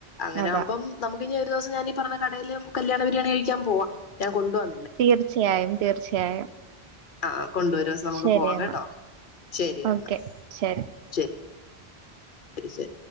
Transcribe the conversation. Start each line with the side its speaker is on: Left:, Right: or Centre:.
Left: അങ്ങനാവുമ്പം
Right: അതാ
Left: നമു ഇനിയൊരു ദെവസം ഞാനീ പറഞ്ഞ കടേല് കല്യാണ ബിരിയാണി കഴിക്കാൻ പോവാം ഞാൻ കൊണ്ടു പോവാം
Right: തീർച്ചയായും തീർച്ചയായും
Left: ആ ആ കൊണ്ടുവരും ഒരു ദെവസം നമുക്ക്
Right: ശരി
Left: പോവാം
Right: എന്നാ
Left: കേട്ടോ ശരി
Right: ഓക്കെ
Left: എന്നാ
Right: ശരി
Left: ശരി ശെരി